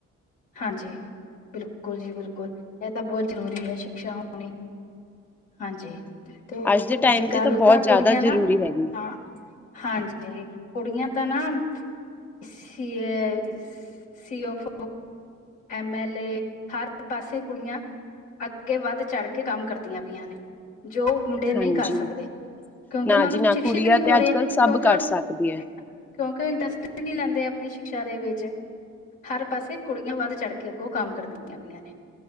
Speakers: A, on the left; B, in the centre.
A: ਹਾਂਜੀ ਬਿਲਕੁਲ ਜੀ ਬਿਲਕੁਲ ਇਹ ਤਾਂ ਬਹੁਤ ਜਰੂਰੀ ਹੈ ਸ਼ਿਕਸ਼ਾ ਹੋਣੀ- ਹਾਂਜੀ ਤੇ ਉਹ
B: ਅੱਜ ਦੇ ਟਾਈਮ
A: ਅਜਕਲ
B: ਤੇ ਬਹੁਤ
A: ਤਾਂ
B: ਜ਼ਿਆਦਾ
A: ਕੁੜੀਆਂ ਨਾ
B: ਜ਼ਰੂਰੀ ਹੈਗੀ
A: ਹਾਂ- ਹਾਂਜੀ ਕੁੜੀਆਂ ਤਾਂ ਨਾ- ਸੀਫ ਐਮ ਐਲ ਏ ਹਰ ਪਾਸੇ ਕੁੜੀਆਂ- ਅਗੇ ਵਧ ਚੜ ਕੇ ਕਮ ਕਰਦੀਆਂ ਪਈਆਂ ਨੇਜੋ ਮੁੰ- <unintelligible>
B: ਹਾਂਜੀ
A: ਨਹੀ ਕਰ ਸਕਦੇ ਕਿਉਕਿ
B: ਨਾ
A: ਉਹਨਾ
B: ਜੀ
A: ਨੂੰ
B: ਨਾ
A: ਸ਼ਿਕਸ਼ਿਤ
B: ਕੁੜੀਆਂ
A: ਨਹੀ ਹੋ
B: ਤੇ
A: ਰਹੇ
B: ਅੱਜ
A: ਕਿਉਕਿ
B: ਕੱਲ ਸਭ ਕਰ
A: ਉਹ-
B: ਸਕਦੀ ਹੈ
A: ਕਿਉਕਿ ਉਹ ਇੰਟਰਸਟ ਨਹੀ ਲੈਦੇ ਆਪਣੀ ਸ਼ਿਕਸ਼ਾ ਦੇ ਵਿਚ ਹਰ ਪਾਸੇ- ਕੁੜੀਆਂ ਵਧ ਚੜ ਕੇ ਅੱਗੋ ਕਮ ਕਰਦੀਆਂ ਪਈਆਂ ਨੇ-